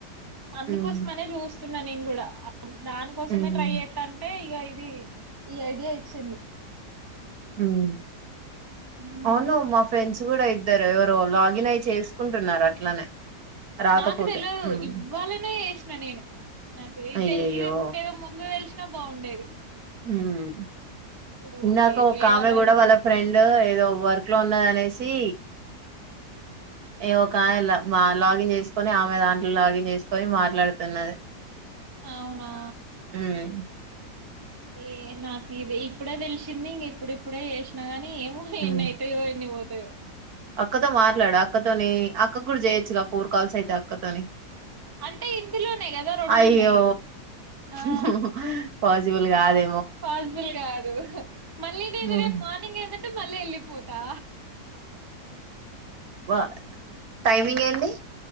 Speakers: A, on the right (about 15°); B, on the right (about 60°).
A: అందుకోసమనే
B: ఉమ్
A: చూస్తున్నా నేను కూడా దానికోసమే
B: ఉమ్
A: ట్రై చేస్తంటే ఇక ఇది ఈ ఐడియా ఇచ్చింది
B: మ్
A: ఉమ్
B: అవును మా ఫ్రెండ్స్ కూడా ఇ ఇద్దరు ఎవరో లాగిన్ అయి చేసుకుంటున్నారు అట్లనే రాకపోతే
A: నాకు తెలియదు
B: ఉమ్,
A: ఇవ్వాలనే ఏసిన నేను నాకు ఇదితెలి
B: అయ్యయ్యో
A: ఇది ఏదో ముందు తెలిసినా బాగుండేది
B: మ్
A: ఇప్పుడు
B: ఇందాక
A: ఎట్లా
B: ఒక
A: చేయాలో
B: ఆమె కూడా
A: ఏమో
B: వాళ్ళ ఫ్రెండ్ ఏదో వర్క్ లో ఉన్నది అనేసి
A: <inaudible>
B: ఏ ఒక ఆమె ల మ లాగిన్ చేసుకొని ఆమె దాంట్లో లాగిన్ చేసుకొని మాట్లాడుతున్నది
A: అవునా అవునా
B: ఉమ్
A: ఏ నాకు ఇది ఇప్పుడే తెలిసింది ఇంక ఇప్పుడుప్పుడే చేసినా గాని ఏముంది
B: ఉమ్.
A: ఎన్ని అయితేయో ఎన్ని పోతయో
B: అక్కతో మాట్లాడు అక్కతోనే అక్కకు కూడా చేయొచ్చు గా పూర్ కాల్స్ అవుతాయి అక్క తోని
A: అంటే ఇందులోనే కదా రెండున్నాయి
B: అయ్యో
A: ఆ
B: మ్ హు పాసిబుల్ కాదు
A: పాసిబుల్ కాదు అహ్ మళ్ళీ నేను
B: ఉమ్.
A: రేపు మార్నింగ్ ఏందంటే మళ్ళీ వెళ్ళిపోతా
B: వా టైమింగ్ ఏంది